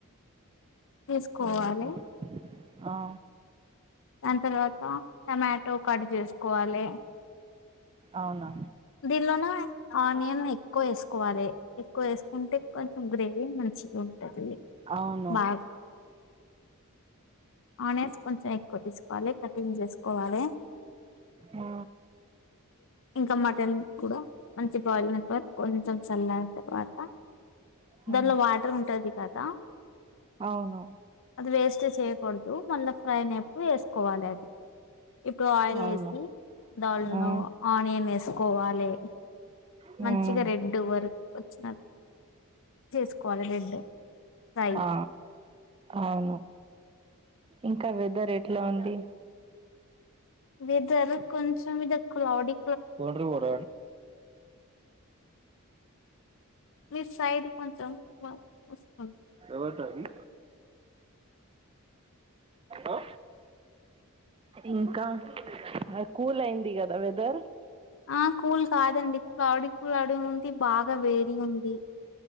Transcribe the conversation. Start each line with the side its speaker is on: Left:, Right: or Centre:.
Left: ఏస్కోవాలె
Right: ఉమ్, ఆ
Left: దాన్ తర్వాత టమాటో కట్ చేస్కోవాలే
Right: అవునా
Left: దీన్లోన ఆనియన్ ఎక్కు ఏస్కోవాలె ఎక్కువ ఏస్కుంటే కొంచం గ్రేవీ మంచిగా ఉ టది
Right: అవును
Left: బాగ్ ఆనియన్స్ కొంచం ఎక్కువ ఏస్కోవాలె కటింగ్ చేస్కోవాలే
Right: ఆ
Left: ఇంకా మటన్ కూడా మంచి బోయిన తర్వాత కొంచెం చల్లరిన తర్వాత
Right: హ్మ్
Left: దానిలో వాటర్ ఉంటది కదా
Right: అవును
Left: అది వేస్ట్ చేయకూడదు మళ్ళా ఫ్రై అయినప్పుడు వేసుకోవాలే అది ఇప్పుడు ఆయిల్
Right: అవును
Left: వేసి దాళలో
Right: హ్మ్
Left: ఆనియన్ వేసుకోవాలె
Right: హ్మ్
Left: మంచిగా రెడ్ వర్క్ వచ్చిన చేసుకోవాలే రెడ్ ఫ్రై
Right: ఆ అవును ఇంకా వెదర్ ఎట్లా ఉంది
Left: వెదర్ కొంచెం ఇడ క్లాౌడి
Right: కొంట్రు పోర
Left: మీ సైడ్ కొంచెం వ వస్తుంది
Right: ఎవతది ఆ? ఇంకా కూల్ అయింది కదా వెదర్
Left: ఆ కూల్ కాదండి క్లౌడ్ క్లౌడి ఉంది బాగా వేడి ఉంది